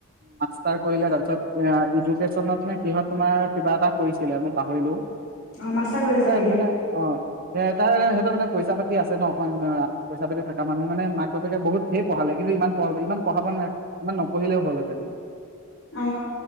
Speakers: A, on the right; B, on the left.
A: মাৰ্ষ্টাছ কৰিলে তাৰপিছত এডুকেশনত নে কিহত তোমাৰ কিবা এটা কৰিছিলে মই পাহৰিলো
B: অ মাষ্টাৰ কৰিলে
A: ও
B: চাগে
A: এ
B: দিয়া
A: মানে অ সটা <inaudible> তাৰমানে পইচা পাতি আছে ন অকন পইচা পাতি থাকা মানুহ মানে মাক বাপে বহুত ঢেৰ পঢ়ালে কিন্তু ইমান পঢা ইমান পঢ়াব ন ইমান নপহিলেও হ'লহেঁতেন
B: অ